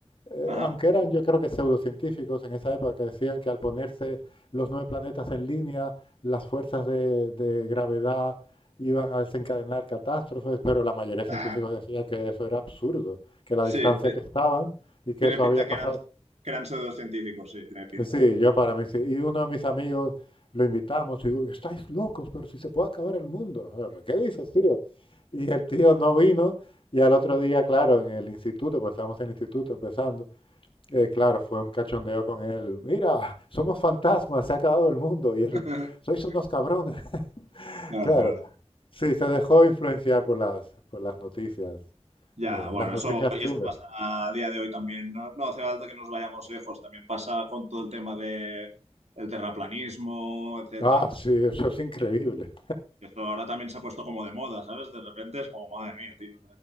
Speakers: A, on the left; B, on the right.
A: eh,
B: Ajá.
A: aunque
B: <laughs>
A: eran yo creo que pseudocientíficos en esa época, que decían que al ponerse los nueve planetas en línea, las fuerzas de, de gravedad iban a desencadenar catástrofes, pero la mayoría de
B: Ah,
A: científicos decía que eso era absurdo, que la
B: Sí,
A: distancia
B: te-
A: que estaban y que
B: tiene
A: eso
B: pinta
A: había
B: que
A: pasado.
B: eran, que eran pseudocientíficos, sí, tiene pinta.
A: Sí, yo para mí sí. Y uno de mis amigos lo invitamos y digo, estáis locos, pero si se puede acabar el mundo. Ah, "¿Pero ¿Qué dices, tío? Y el tío no vino y al otro día, claro, en el instituto, porque estábamos en el instituto empezando, eh, claro, fue un cachondeo con él. Mira, somos fantasmas, se ha acabado el mundo y él,
B: <laughs>
A: sois unos cabrones. <laughs>
B: Claro,
A: Claro, sí, se
B: claro.
A: dejó influenciar por las, por las noticias,
B: Ya,
A: de,
B: bueno,
A: las noticias
B: eso, y
A: chungas.
B: eso pasa a día de hoy también. No, no hace falta que nos vayamos lejos. También pasa con todo el tema de el terraplanismo, etcétera.
A: Ah, sí, eso es increíble.
B: Que eso ahora también se ha puesto como de moda, ¿sabes? De repente es como, madre mía, tío.